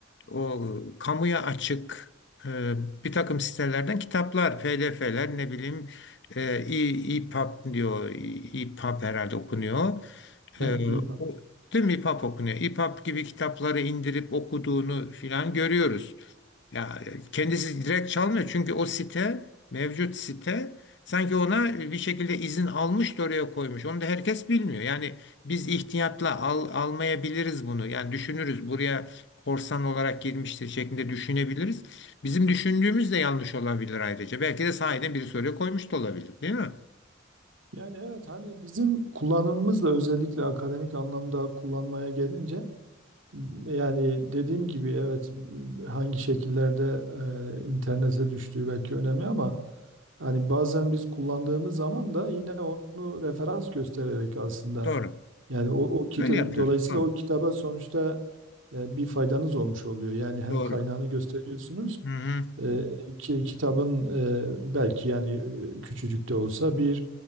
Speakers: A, on the left; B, on the right.
A: o kamuya açık e, bir takım sitelerden kitaplar, PDF'ler ne bileyim e, e- EPUB diyor. E- EPUB herhalde okunuyor. E,
B: Evet, iyi haber.
A: o, değil mi EPUB okunuyor? EPUB gibi kitapları indirip okuduğunu filan görüyoruz. Ya e, kendisi direkt çalmıyor çünkü o site mevcut site sanki ona e, bir şekilde izin almış da oraya koymuş. Onu da herkes bilmiyor. Yani biz ihtiyatla al, almayabiliriz bunu. Yani düşünürüz buraya korsan olarak girmiştir şeklinde düşünebiliriz. Bizim düşündüğümüz de yanlış olabilir ayrıca. Belki de sahiden biri soruyor koymuş da olabilir, değil mi?
B: Yani evet hani bizim kullanımımızla özellikle akademik anlamda kullanmaya gelince Yani dediğim gibi evet hangi şekillerde e, internete düştüğü belki önemli ama hani bazen biz kullandığımız zaman da yine onu referans göstererek aslında
A: Doğru.
B: yani o, o kitabı
A: Böyle yapıyoruz.
B: dolayısıyla
A: Doğru.
B: o kitaba sonuçta e, bir faydanız olmuş oluyor. Yani hem
A: Doğru.
B: kaynağını gösteriyorsunuz
A: Hı hı.
B: e, ki, kitabın e, belki yani e, küçücük de olsa bir